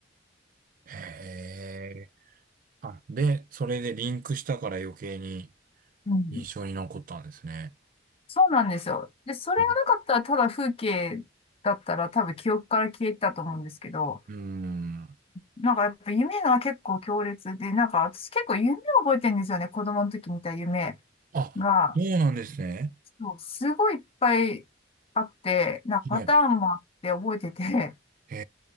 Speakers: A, on the right (about 45°); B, on the left (about 30°).
A: へえ。あ、で、それでリンクしたから余計に
B: うん。
A: 印象に残ったんですね。
B: そうなんですよ。で、それがなかったらただ風景だったら多分記憶から消えてたと思うんですけど、
A: うん。うん
B: なんかやっぱ夢が結構強烈で、なんか私結構夢を覚えてるんですよね、子供の時見た夢
A: あ、
B: が。
A: そうなんですね。
B: そう、すごいいっぱいあって、なんかパターンもあって覚えてて、
A: はい。へ